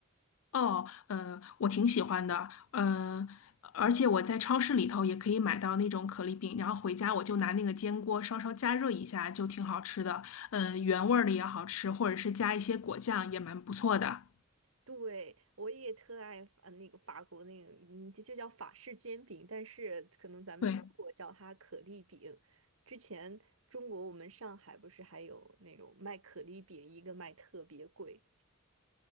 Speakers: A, on the left; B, on the right.
A: 哦，呃，我挺喜欢的，呃，而且我在超市里头也可以买到那种可丽饼，然后回家我就拿那个煎锅稍稍加热一下，就挺好吃的。呃，原味儿的也好吃，或者是加一些果酱也蛮不错的。
B: 对，我也特爱法呃那个法国那个，嗯，这就叫法式煎饼，但是可能咱们中国叫它可丽饼。
A: 对。
B: 之前中国我们上海不是还有那种卖可丽饼，一个卖特别贵。